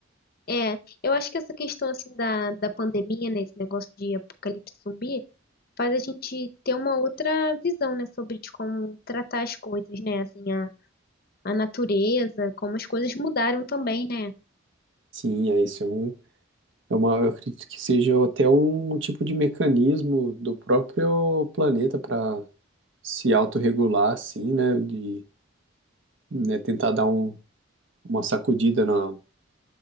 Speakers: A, on the left (about 45°); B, on the right (about 65°).
A: É, eu acho que essa questão, assim, da, da pandemia, né, esse negócio de apocalipse zumbi, faz a gente ter uma outra visão, né, sobre de como tratar as coisas, né, assim, a, a natureza, como as coisas mudaram também, né.
B: Sim, é isso, é um... É uma, eu acredito que seja até um tipo de mecanismo do próprio planeta para se autorregular, assim, né? De, né, tentar dar um, uma sacudida na,